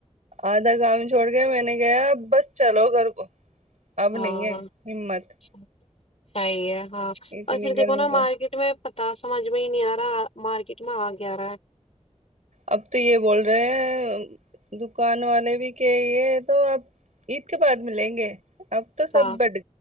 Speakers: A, on the right; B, on the left.
A: آدھا کام چھوڑ کے میں نے گیا بس چلو گھر کو اب
B: ہاں
A: نہیں ہے ہمت
B: صحیح ہے ہاں
A: اتنی
B: اور پھر دیکھو
A: گرمی
B: نا
A: پڑ
B: مارکیٹ میں پتا سمجھ میں ہی نہیں آ رہا مارکیٹ میں آ گیا رہا ہے
A: اب تو یہ بول رہے ہیں دکان والے بھی کہ یہ تو اب عید کے بعد ملیں گے اب تو
B: ہاں
A: سب بٹ